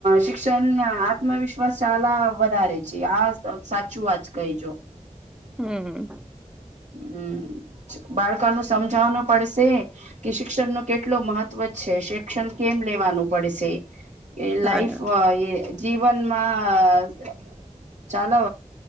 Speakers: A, on the right; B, in the centre.
A: શિક્ષણ આત્મવિશ્વાસાલા વધારે છે આ <unintelligible> સાચું વાત કહેજો
B: હમ્મ
A: હમ્મ બાળકાનુ સમજવાનું પડશે. કે શિક્ષણ નો કેટલો મહત્વ છે શિક્ષણ કેમ લેવાનું પડશે. એ
B: હા
A: લાઈફ
B: ના
A: એ જીવનમાં અ-ચાલ-અ